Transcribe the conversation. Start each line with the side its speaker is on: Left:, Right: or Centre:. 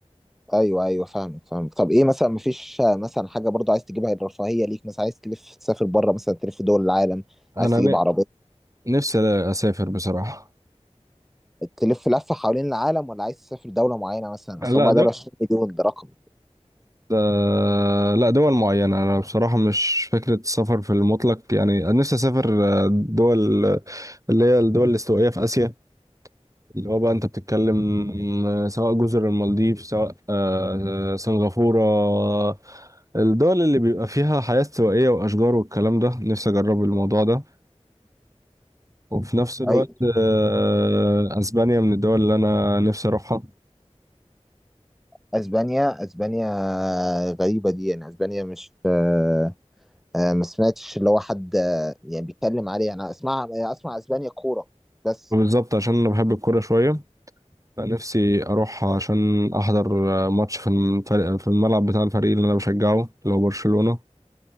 Centre: ايوه ايوه فاهمك فاهمك طب ايه مثلا مفيش مثلا حاجه برضو عايز تجيبها الرفاهيه ليك مثلا عايز تلف تسافر بره مثلا تلف دول العالم
Right: أنا
Centre: عايز تجيب عربيه
Right: نفسي ألا- اسافر بصراحه
Centre: تلف لفه حوالين العالم ولا عايز تسافر دوله معينه مثلا
Right: لا
Centre: اصل هم
Right: دول
Centre: دول 20 مليون ده رقم
Right: آه، لا دول معينه انا بصراحه مش فكره السفر في المطلق يعني أنا نفسي اسافر آه، دول آه، اللي هي الدول الاستوائيه في اسيا اللي هو بقى انت بتتكلم آه، سواء جزر المالديف سواء آه، سنغافوره آه، الدول اللي بيبقى فيها حياه استوائيه واشجار والكلام ده نفسي اجرب الموضوع ده وفي نفس الوقت
Centre: ايوه
Right: آه، اسبانيا من الدول اللي انا نفسي اروحها
Centre: اسبانيا اسبانيا غريبه دي يعني اسبانيا مش آه، آه، ما سمعتش اللي هو حد آه، يعني بيتكلم عليها انا اسمع اسمع اسبانيا كوره بس
Right: بالظبط عشان انا بحب الكوره شويه أنا نفسي أروح عشان أحضر ماتش في الفريق في الملعب بتاع الفريق اللي أنا بشجعه اللي هو برشلونة